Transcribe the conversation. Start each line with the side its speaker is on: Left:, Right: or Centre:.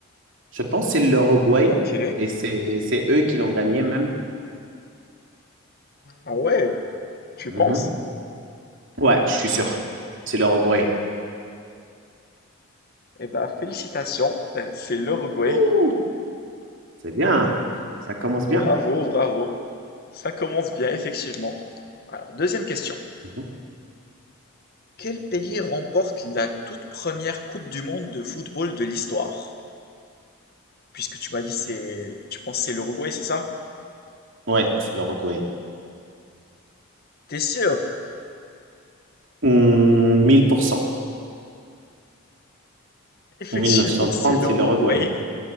Right: Je pense que c'est l'Uruguay
Left: Ok.
Right: et c'est c'est eux qui l'ont gagné même.
Left: Ah ouais, tu
Right: Mhm.
Left: penses?
Right: Ouais, je suis sûr. C'est l'Uruguay.
Left: Eh ben, félicitations, euh, c'est l'Uruguay.
Right: Ouh, c'est bien. Ça commence
Left: Bravo,
Right: bien.
Left: bravo. Ça commence bien, effectivement. Alors, deuxième question.
Right: Mhm.
Left: Quel pays remporte la toute première Coupe du monde de football de l'histoire? Puisque tu m'as dit c'est, tu penses c'est l'Uruguay, c'est ça?
Right: Ouais, c'est l'Uruguay.
Left: T'es sûr?
Right: Hum, 1000%
Left: <laughs> Effectivement,
Right: mille neuf cent trente,
Left: c'est l'Uruguay.
Right: c'est l'Uruguay.